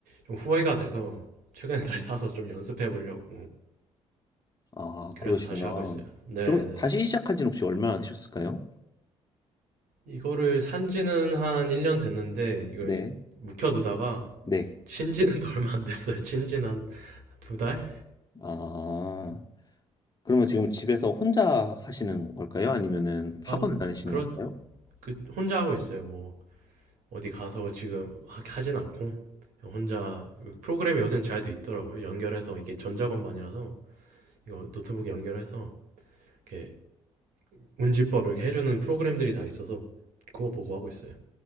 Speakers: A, on the right (about 65°); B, on the left (about 25°).
A: 좀 후회가 돼서 최근에 다시 사서 좀 연습해 보려고.
B: 아,
A: 그래서
B: 그러시구나.
A: 다시 하고 있어요. 네네.
B: 그럼 다시 시작한 지는 혹시 얼마나 되셨을까요?
A: 이거를 산 지는 한 1년 됐는데 이걸
B: 네.
A: 묵혀두다가
B: 네.
A: 친 지는 더 얼마 안 됐어요. 친 지는 한 두 달?
B: 아, 그러면 지금 집에서 혼자 하시는 걸까요? 아니면은 학원을
A: 아,
B: 다니시는
A: 그렇,
B: 걸까요?
A: 그, 혼자 하고 있어요. 뭐, 어디 가서 지금 하- 하진 않고, 그냥 혼자, 프로그램이 요새는 잘 돼 있더라고요. 연결해서, 이게 전자건반이라서, 이거 노트북에 연결해서, 이렇게 운지법 이렇게 해주는 프로그램들이 다 있어서, 그거 보고 하고 있어요.